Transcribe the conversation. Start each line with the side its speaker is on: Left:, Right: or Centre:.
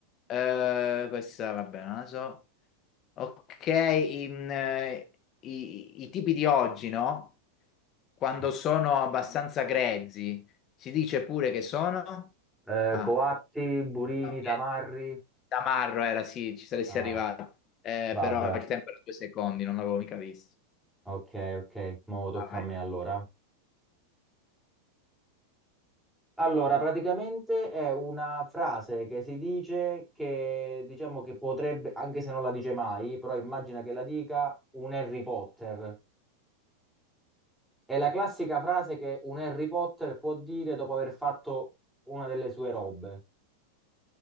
Left: Eh, questa, vabbè, non la so. Ok, in, eh, i, i tipi di oggi, no? Quando
Centre: Ok.
Left: sono abbastanza grezzi, si dice pure che sono...
Centre: Eh,
Left: Ah,
Centre: coatti, burini,
Left: no,
Centre: tamarri.
Left: niente. Tamarro era, sì, ci saresti
Centre: Ah,
Left: arrivato. Eh,
Centre: vabbè,
Left: però il tempo era due secondi, non l'avevo mica visto.
Centre: ok, ok, mo tocca
Left: Vai.
Centre: a me allora. Allora, praticamente è una frase che si dice che, diciamo che potrebbe, anche se non la dice mai, però immagina che la dica un Harry Potter. È la classica frase che un Harry Potter può dire dopo aver fatto una delle sue robe.